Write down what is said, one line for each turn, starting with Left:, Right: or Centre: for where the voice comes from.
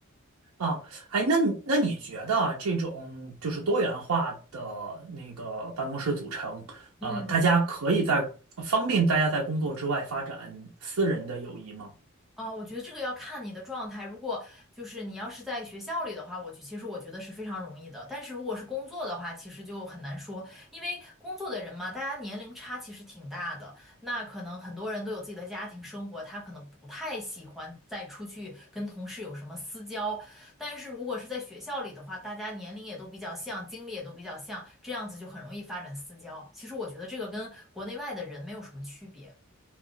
Right: 啊。哎，那你那你觉得啊这种就是多元化的那个办公室组成，
Centre: 嗯，
Right: 啊，大家可以在方便大家在工作之外发展私人的友谊吗？
Centre: 啊，我觉得这个要看你的状态。如果就是你要是在学校里的话，我就其实我觉得是非常容易的。但是如果是工作的话，其实就很难说，因为工作的人嘛，大家年龄差其实挺大的。那可能很多人都有自己的家庭生活，他可能不太喜欢再出去跟同事有什么私交。但是如果是在学校里的话，大家年龄也都比较像，经历也都比较像，这样子就很容易发展私交。其实我觉得这个跟国内外的人没有什么区别，